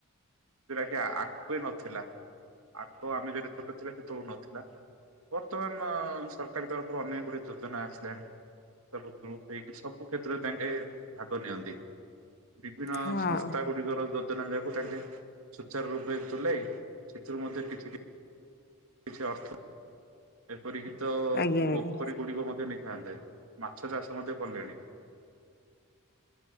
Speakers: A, on the right; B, on the left.
A: ଯେଉଟା କି ଆଗେ ନଥିଲା। ଆଗ ଆମେ ଯେବେ ଛୋଟ ଥିଲା ସେ ସବୁ ନଥିଲା ବର୍ତ୍ତମାନ ସରକାର ତରଫରୁ ଅନେକ ଗୁଡିଏ ଯୋଜନା ଆସିଲାଣି। ସବୁ ଗ୍ରୁପ୍ ହେଇକି ସବୁ କ୍ଷେତ୍ରରେ ତାଙ୍କେ ଭାଗ ନିଅନ୍ତି। ବିଭିନ୍ନ
B: ହଁ
A: ସଂସ୍ଥା ଗୁଡିକର ଯୋଜନା ଯେମ୍ ତାଙ୍କେ ସଚାର ରୂପେ ତୁଲାଇ ସେଥିରୁ ମଧ୍ୟ କିଛି କି କିଛି ଅର୍ଥ ପରୀକ୍ଷିତ ଅ
B: ଆଜ୍ଞା
A: ପୋଖରୀ
B: ଆଜ୍ଞା
A: ଗୁଡିକ ମଧ୍ୟ ନେଇ <inaudible> ମାଛ ଚାଷ ମଧ୍ୟ କଲେଣି।